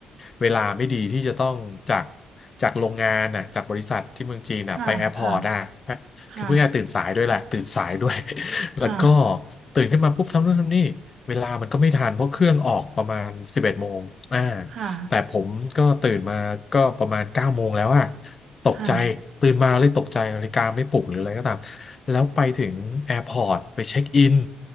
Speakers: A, on the left (about 40°); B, on the right (about 55°).
A: เวลาไม่ดีที่จะต้องจากจากโรงงานน่ะจากบริษัทที่เมืองจีนน่ะไปแอร์พอร์ตอ่ะ
B: ค่ะค่
A: คือเพื่อนตื่นสายด้วยแหละตื่นสายด้วย
B: ะ
A: แล้วก็
B: ค่ะ
A: ตื่นขึ้นมาปุ๊บทำนู่นทำนี่เวลามันก็ไม่ทันเพราะเครื่องออกประมาณสิบเอ็ดโมงอ่า
B: ค่ะ
A: แต่ผมก็ตื่นมาก็ประมาณเก้าโมงแล้วอะตกใจตื่นมาเลยตกใจนาฬิกาไม่ปลุกหรืออะไรก็ตาม
B: ค่ะ
A: แล้วไปถึงแอร์พอร์ตไปเช็คอิน